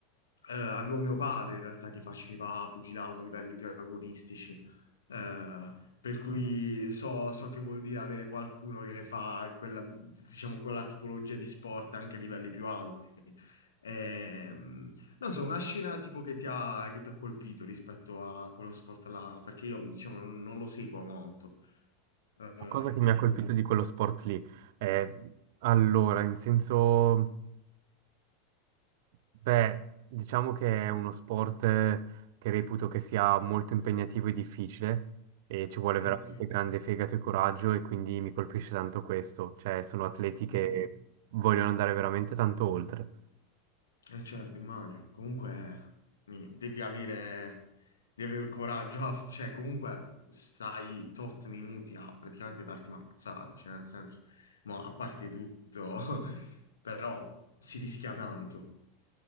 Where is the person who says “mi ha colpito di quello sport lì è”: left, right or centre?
Right